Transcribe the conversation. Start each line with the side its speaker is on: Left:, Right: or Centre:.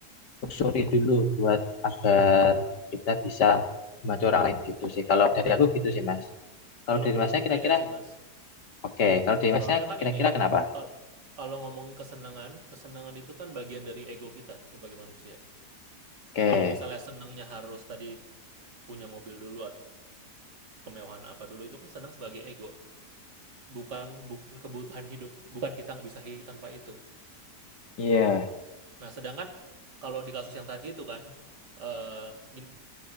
Left: luxury dulu buat agar kita bisa membantu orang lain gitu sih. Kalau dari aku gitu sih Mas. Kalau
Right: Kalau
Left: dari
Right: menurutku
Left: Masnya kira-kira
Right: beda sih, Mas.
Left: oke. Kalau dari
Right: Soalnya
Left: Masnya
Right: kan
Left: kira-kira
Right: ini,
Left: kenapa?
Right: kal- kalau ngomongin kesenangan, kesenangan itu kan bagian dari ego kita sebagai manusia.
Left: Oke.
Right: Kalau misalnya senangnya harus tadi punya mobil dulu atau kemewahan apa dulu, itu kan senang sebagai ego. Bukan bukan kebutuhan hidup, bukan kita nggak bisa hidup tanpa itu.
Left: Iya,
Right: Nah, sedangkan kalau di kasus yang tadi itu kan, eh gini,